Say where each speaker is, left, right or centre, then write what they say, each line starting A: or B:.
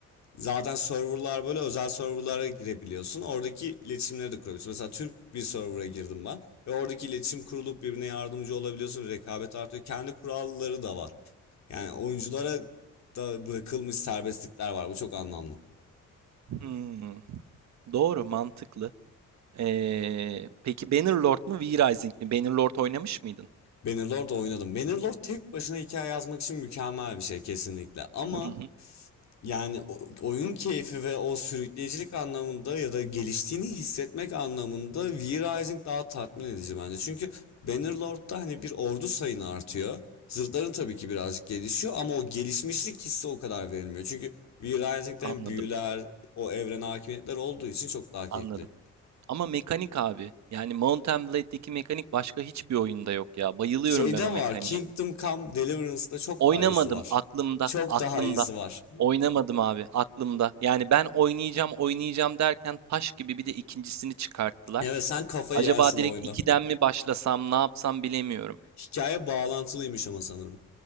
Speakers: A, on the left; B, on the right.
A: Zaten serverlar böyle özel serverlara girebiliyorsun. Oradaki iletişimleri de kurabiliyorsun. Mesela Türk bir server'a girdim ben ve oradaki iletişim kurulup birbirine yardımcı olabiliyorsun. Rekabet artıyor. Kendi kuralları da var. Yani oyunculara da bırakılmış serbestlikler var. Bu çok anlamlı.
B: Hmm, doğru, mantıklı. Ee, peki Bannerlord mu V-Rising mi? Bannerlord oynamış mıydın?
A: Bannerlord oynadım. Bannerlord tek başına hikaye yazmak için mükemmel bir şey kesinlikle. Ama
B: Hı hı.
A: Yani o- oyun keyfi ve o sürükleyicilik anlamında ya da geliştiğini hissetmek anlamında V-Rising daha tatmin edici bence. Çünkü Bannerlord'da hani bir ordu sayını artıyor. Zırhların tabii ki birazcık gelişiyor ama o gelişmişlik hissi o kadar verilmiyor. Çünkü V-Rising'den
B: Anladım,
A: büyüler, o evrene hakimiyetler olduğu için çok daha keyifli.
B: anladım. Ama mekanik abi. Yani Mount Blade'deki mekanik başka hiçbir oyunda yok ya. Bayılıyorum
A: Şeyde
B: ben o mekaniğe.
A: var, Kingdom Come Deliverance'da çok
B: Oynamadım
A: daha iyisi var.
B: aklımda,
A: Çok
B: aklımda.
A: daha iyisi var.
B: Oynamadım abi aklımda. Yani ben oynayacağım, oynayacağım derken taş gibi bir de ikincisini çıkarttılar.
A: Evet sen kafayı
B: Acaba
A: yersin o
B: direkt
A: oyunda.
B: ikiden mi başlasam, ne yapsam bilemiyorum.
A: <laughs> Hikaye bağlantılıymış ama sanırım.